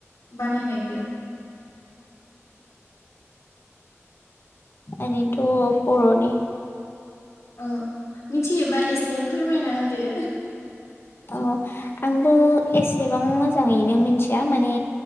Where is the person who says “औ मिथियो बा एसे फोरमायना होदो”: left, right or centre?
Left